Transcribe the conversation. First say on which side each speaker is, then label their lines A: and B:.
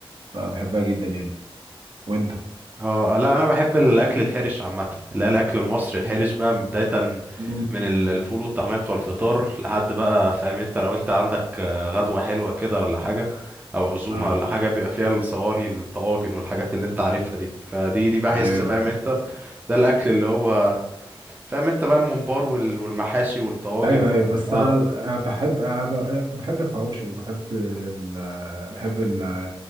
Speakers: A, on the right; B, on the right.
A: فبحبها جدا يعني وانت
B: أه آه، لا أنا بحب الأكل الحرش عامة اللي هي الأكل المصري الحرش بقى من بداية
A: مم.
B: من ال- الفول والطعمية بتوع الفطار لحد بقى فاهم أنت لو أنت عندك آه، غدوة حلوة كده ولا حاجة أو عزومة
A: آه.
B: ولا حاجة بيبقى فيها الصواني الطواجن والحاجات اللي أنت عارفها دي فدي دي بحس
A: ايوه
B: فاهم أنت ده الأكل اللي هو فاهم أنت بقى الممبار وال- والمحاشي والطواجن
A: ايوه
B: وال...
A: ايوه بس
B: أه
A: انا آه، بحب آه، ب- آه، بحب الحواوشي وبحب ال... آه، بحب ال...